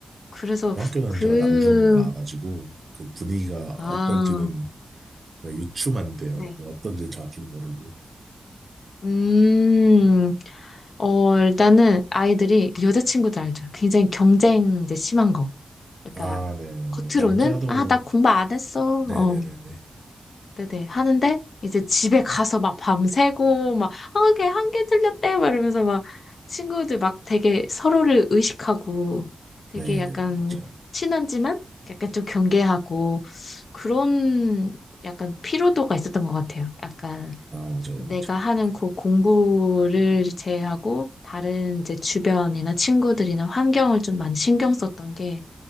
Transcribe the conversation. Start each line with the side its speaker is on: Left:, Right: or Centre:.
Left: 그래서
Right: 중학교는
Left: 그,
Right: 제가 남중 나와가지고 그 분위기가
Left: 아,
Right: 어떨지는 그 유추만돼요.
Left: 네.
Right: 그 어떤지 정확히도 모르고.
Left: 음, 어, 일단은 아이들이 여자친구들 알죠? 굉장히 경쟁 이제 심한 거. 그러니까
Right: 아, 네네.
Left: 겉으로는,
Right: 너무 남자도
Left: 아, 나 공부 안 했어.
Right: 네네네네.
Left: 어, 네네. 하는데 이제 집에 가서 막 밤새고 막 아, 걔 한 개 틀렸대 막 이러면서 막 친구들 막 되게 서로를 의식하고 되게
Right: 네네네
Left: 약간
Right: 맞아요.
Left: 친하지만 약간 좀 경계하고 그런 약간 피로도가 있었던 것 같아요. 약간
Right: 아, 맞아요,
Left: 내가
Right: 맞아요.
Left: 하는 그 공부를 제외하고 다른 이제 주변이나 친구들이나 환경을 좀 많이 신경 썼던 게